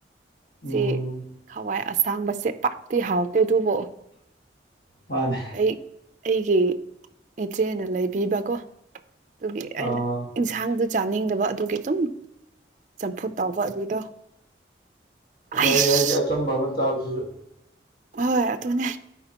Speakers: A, on the left; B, on the right.
A: ꯎꯝ
B: ꯆꯦ ꯍꯋꯥꯏ ꯑꯁꯥꯡꯕꯁꯦ ꯄꯥꯛꯇꯤ ꯍꯥꯎꯇꯦ ꯑꯗꯨꯕꯨ
A: ꯃꯥꯅꯦ
B: ꯑꯩ ꯑꯩꯒꯤ ꯏꯆꯦꯅ ꯂꯩꯕꯤꯕꯀꯣ ꯑꯗꯨꯒꯤ ꯑꯩꯅ
A: ꯑꯥ
B: ꯏꯟꯁ ꯍꯥꯡꯗꯣ ꯆꯥꯅꯤꯡꯗꯕ ꯑꯗꯨꯒꯤ ꯑꯗꯨꯝ ꯆꯝꯐꯨꯠ ꯇꯥꯎꯕ ꯑꯗꯨꯗꯣ ꯑꯩꯁ
A: ꯐꯩ ꯍꯥꯏꯗꯤ ꯑꯆꯝꯕ ꯑꯃ ꯆꯥꯕꯁꯤꯁꯨ
B: ꯍꯣꯏ ꯑꯇꯨꯅꯦ